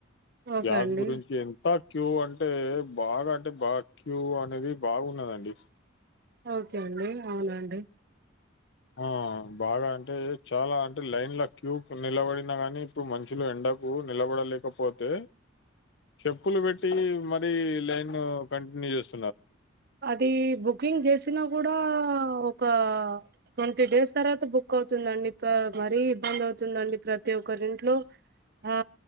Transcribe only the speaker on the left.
గ్యాస్
గురించి ఎంత క్యూ అంటే బాగ అంటే బా క్యూ అనేది బాగున్నదండి.
ఆ బాగా అంటే చాలా అంటే లైన్ల క్యూ నిలబడిన గానీ ఇప్పుడు మన్షులు ఎండ కు నిలబడలేకపోతే చెప్పులు పెట్టి మరీ లైన్ కంటిన్యూ చేస్